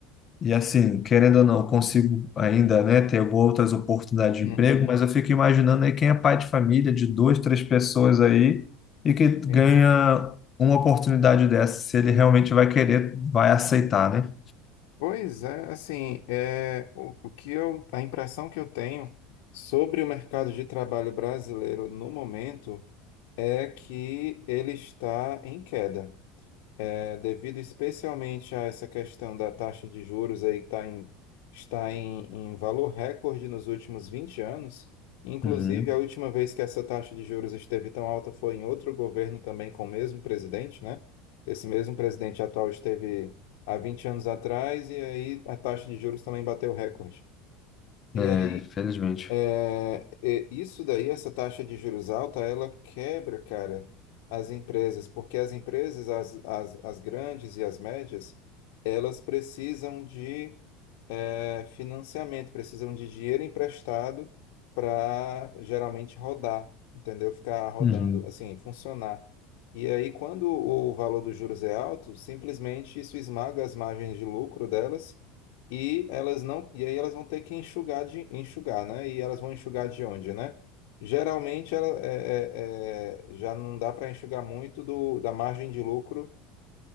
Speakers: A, on the left; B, on the left.
A: e assim, querendo ou não, eu consigo ainda, né, ter outras oportunidades de
B: Uhum.
A: emprego, mas eu fico imaginando aí quem é pai de família de duas, três pessoas aí e que ganha
B: Sim.
A: uma oportunidade dessa, se ele realmente vai querer, vai aceitar, né?
B: Pois é, assim, é, o, o que eu, a impressão que eu tenho sobre o mercado de trabalho brasileiro no momento é que ele está em queda. É, devido especialmente a essa questão da taxa de juros aí que tá em, está em, em valor recorde nos últimos 20 anos, inclusive
A: Uhum.
B: a última vez que essa taxa de juros esteve tão alta foi em outro governo também com o mesmo presidente, né? Esse mesmo presidente atual esteve há 20 anos atrás e aí a taxa de juros também bateu recorde. E
A: É,
B: aí
A: felizmente.
B: é, é, isso daí, essa taxa de juros alta, ela quebra, cara, as empresas, porque as empresas, as, as, as grandes e as médias, elas precisam de é, financiamento, precisam de dinheiro emprestado para geralmente rodar, entendeu? Ficar rodando,
A: Uhum.
B: assim, funcionar. E aí, quando o valor dos juros é alto, simplesmente isso esmaga as margens de lucro delas e elas não, e aí elas vão ter que enxugar de enxugar, né? E elas vão enxugar de onde, né? Geralmente ela, é- é- é, já não dá para enxugar muito do, da margem de lucro